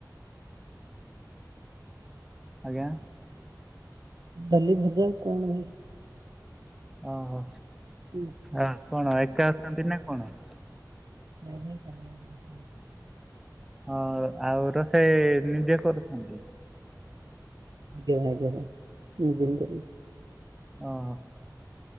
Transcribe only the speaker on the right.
ଡା ଲି ଭଜା କଣ ହୁଏ?
ନାଇଁ
<unintelligible>
ଆଜ୍ଞା ଆଜ୍ଞାଁ ଜିନ।